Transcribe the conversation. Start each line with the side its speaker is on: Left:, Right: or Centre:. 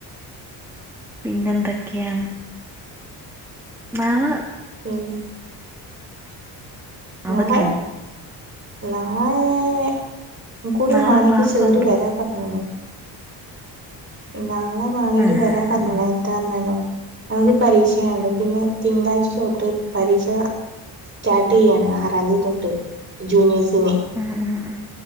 Centre: പിന്നെന്തൊക്കെയാണ്? നാളെ
Right: പിന്നെ നാളെ
Centre: അവധിയാ
Right: നാളേ ഉം കൂടി
Centre: നാളെ
Right: മാണെങ്കി
Centre: ക്ലാസ്
Right: സേറുവരാം
Centre: ഉണ്ടോ
Right: പറഞ്ണ് നാളെ വാണെങ്കി
Centre: ആഹ്
Right: വരാ പറഞ്ഞണേ
Centre: ആഹ്
Right: എത്താന്നണോ നമുക്ക് പരീക്ഷയായോണ്ടേ പിന്നെ തിങ്കളാഴ്ച ച്ചോട്ട് പരീക്ഷ സ്റ്റാർട്ടെയാണ് ആറാന്തി തൊട്ട് ജൂനിയേഴ്സിന്
Centre: ആഹ് ആഹ് ആഹ്